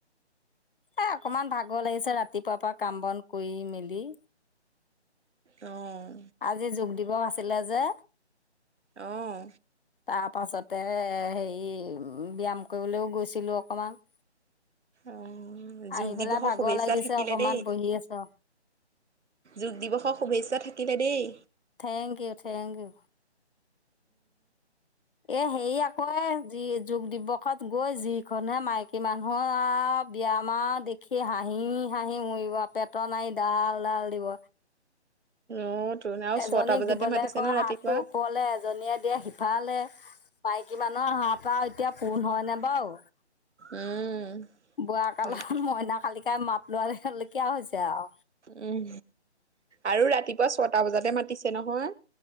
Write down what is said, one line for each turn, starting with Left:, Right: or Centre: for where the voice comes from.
Left: এ অকনমান ভাগৰ লাগিছে ৰা তিপাৰ পৰা কাম বন কৰি মেলি
Right: অ
Left: আজি যোগ দিৱস আছিলে যে।
Right: অহ
Left: তাৰ পাছতে হেৰি ব্যায়াম কৰিবলৈও গৈছিলো অকমান
Right: অ
Left: আহি
Right: যোগ দিৱসৰ
Left: পেলাই ভাগৰ
Right: শুভেচ্ছা
Left: লাগিছে
Right: থাকিলে
Left: অকমান
Right: দেই।
Left: বহি আছো
Right: যোগ দিৱসক শুভেচ্ছা থাকিলে দেই
Left: থেংক ইউ, থেংক ইউ। এ হেই আকৌ এ যি যোগ দিৱসত গৈ যিখনহে মাইকী মানুহৰ আও ব্যায়াম আও দেখি হাঁহি হাঁহি মৰিব পেটৰ নাৰি ডাল ডাল দিব।
Right: অ তোন আৰু
Left: এজনীক
Right: ছটা বজাতে
Left: দিবলে
Right: মাতিছে
Left: কয়
Right: নহয় ৰাতিপুৱা
Left: হাতটো ওপৰলে এজনীয়ে দিয়ে সিফালে। মাইকী মানুহৰ হাহপাও এতিয়া পোণ হয় নে বাও
Right: উম
Left: বোৱা কালত
Right: তাকে
Left: মইনা কালিকাই মাত লৰা লৈকীয়া হৈছে আও
Right: উম আৰু ৰাতিপুৱা ছটা বজাতে মাতিছে নহয়